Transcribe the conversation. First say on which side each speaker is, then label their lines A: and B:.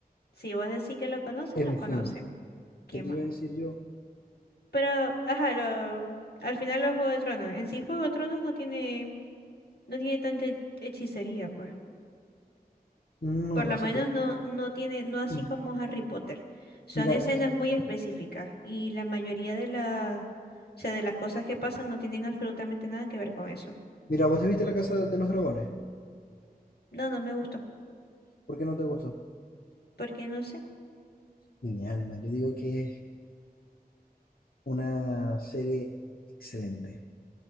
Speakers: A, on the left; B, on the left.
A: si vos decís que lo conocen,
B: En
A: lo conocen.
B: fin,
A: ¿Qué
B: ¿qué te
A: más?
B: iba a decir yo?
A: Pero, ajá, lo, al final los Juego de Tronos. En sí, Juego de Tronos no tiene, no tiene tanta he- hechicería, pues.
B: No,
A: Por
B: no
A: lo
B: sabía.
A: menos no, no tiene, no así
B: Y
A: como Harry Potter. Son
B: mira,
A: escenas
B: vos-
A: muy específicas y la mayoría de la, o sea, de las cosas que pasan no tienen absolutamente nada que ver con eso.
B: mira, ¿vos te viste La Casa de los Dragones?
A: No, no me gustó,
B: ¿Por qué no te gustó?
A: porque no sé.
B: Mi alma, yo digo que es una serie excelente,